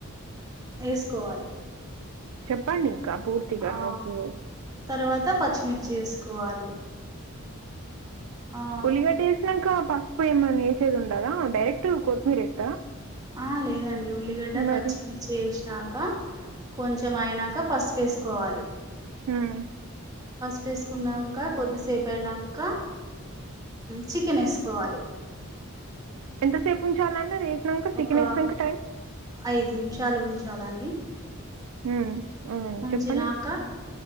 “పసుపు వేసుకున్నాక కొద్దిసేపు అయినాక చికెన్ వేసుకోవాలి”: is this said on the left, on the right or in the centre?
Right